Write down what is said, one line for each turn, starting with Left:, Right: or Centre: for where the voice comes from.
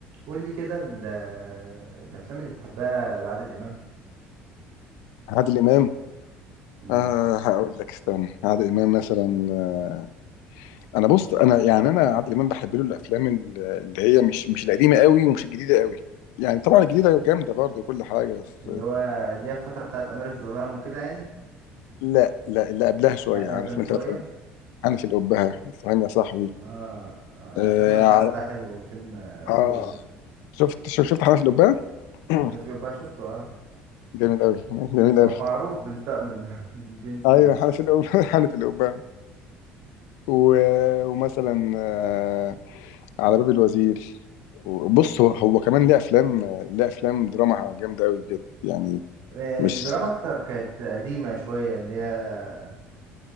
Right: قول لي كده ال- الافلام اللي بتحبها لعادل امام
Left: عادل امام
Right: امم
Left: آه هقول لك استنى عادل امام مثلا آه انا بص انا يعني انا عادل امام بحب له الافلام ال- اللي هي مش مش القديمه قوي ومش الجديده قوي يعني طبعا الجديده جامده برضه كل حاجه بس
Right: اللي هو اللي هي الفتره بتاعت امير الظلام وكده يعني
Left: لا لا اللي قبلها شويه
Right: أ- اقدم
Left: عارف
Right: شويه
Left: انت مثلا انا في القبه فاهم يا صاحبي
Right: اه آه، لا
Left: اه,
Right: سلام يا صاحبي
Left: ع-
Right: ده حلو فيلم آه، اسطوري
Left: آه
Right: ده
Left: شفت شو- شفت حنف القبه <clears throat>
Right: انا في بقى شفته اه
Left: جميل قوي جميل
Right: هو
Left: قوي
Right: معروف بالطقم ال- <laughs> الجينز
Left: ايوه
Right: بجد
Left: حنف القبه <laughs> حنف القبه و- ومثلا آه، على باب الوزير بص هو هو كمان ليه افلام ليه افلام دراما جامده قوي بجد يعني
Right: آه،
Left: مش
Right: الدراما اكتر كانت قديمه شويه اللي هي